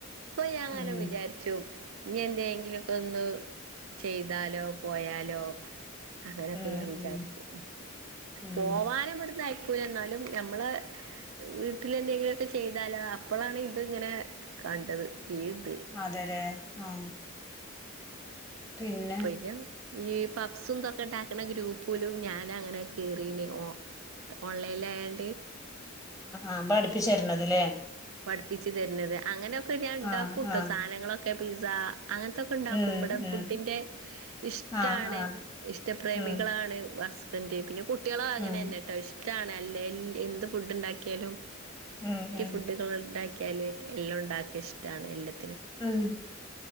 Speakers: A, on the right; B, in the centre.
A: അപ്പൊ ഞാൻ അങ്ങനെ
B: ഉം
A: വിചാരിച്ചു ഇനി എന്തെങ്കിലുക്കെ ഒന്ന് ചെയ്താലോ പോയാലോ അങ്ങനെയൊക്കെ
B: ഉം
A: ഞാൻ വിചാരിക്കും
B: ഉം
A: പോവാനും ഇവിടുന്ന് അയിക്കൂല എന്നാലും ഞമ്മള് വീട്ടില എന്തെങ്കിലുംക്കെ ചെയ്താലോ അപ്പോഴാണ് ഇത് ഇങ്ങനെ കണ്ടത് ഇത്
B: അതെലെ ആ പിന്നെ
A: പയിന്ന ഈ പബ്സുംന്തൊക്കെ ഉണ്ടാക്കണ ഗ്രൂപ്പലും ഞാന അങ്ങനെ കേയറീണേ ഓ ഓൺലൈനൽ ആയാണ്ടേ
B: ആപഠിപ്പിച്ച തരണതലേ
A: പഠിപ്പിച്ച് തരുന്നത് അങ്ങനെയൊക്കെ ഉണ്ടാക്കുംട്ടോ
B: ആ ആ
A: സാധനങ്ങളൊക്കെ പിസ്സ അങ്ങനത്തൊക്കെ ഉണ്ടാക്കും
B: ഉം
A: ഇപടെ ഫുഡിന്റെ
B: ഉം
A: ഇഷ്ടാണ്
B: ആ ആ
A: ഇഷ്ടപ്രേമികളാണ്
B: ഉം
A: ബന്റ് പിന്നെ കുട്ടികളോ അങ്ങനെന്നെ
B: ഉം
A: ട്ടോ ഇഷ്ടാണ് അല്ല എന്ത് ഫുഡ് ഉണ്ടാക്കിയാലും
B: ഉം ഉം
A: ഫുഡുക ഉണ്ടാക്കിയാൽ എല്ലാം ഉണ്ടാക്കിയ ഇഷ്ടമാണ് എല്ലാും
B: ഉം